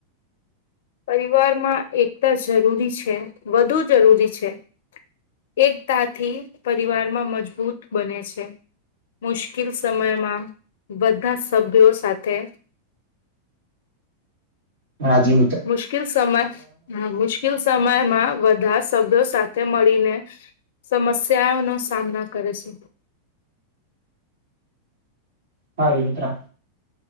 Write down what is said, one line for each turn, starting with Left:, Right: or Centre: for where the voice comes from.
Left: પરિવારમાં એકતા જરૂરી છે, વધુ જરૂરી છે. એકતાથી પરિવારમાં મજબૂત બને છે. મુશ્કેલ સમયમાં બધા સભ્યો સાથે
Right: હા, જી
Left: મુશ્કેલ સમય હ મુશ્કેલ સમયમાં બધા સભ્યો સાથે મળીને સમસ્યાઓ નો, સામના કરે છે.
Right: હા, વિ મિત્રા